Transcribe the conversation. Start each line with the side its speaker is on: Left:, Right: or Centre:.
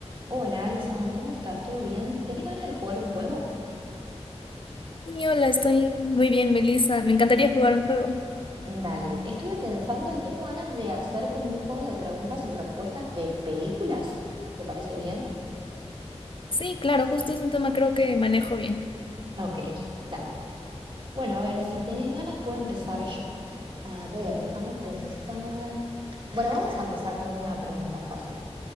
Right: Hola Alison, ¿cómo estás? ¿Todo bien? ¿Tenés ganas de jugar un juego?
Left: Y hola, estoy muy bien, Melissa. Me encantaría jugar un juego.
Right: Dale, estuve pensando y tengo ganas de hacer como un juego de preguntas y respuestas de películas. ¿Te parece bien?
Left: Sí, claro, justo es un tema creo que manejo bien.
Right: Ok, dale. Bueno, a ver, si tenés ganas puedo empezar yo. A ver, déjame pensar. Bueno, vamos a empezar con una pregunta fácil.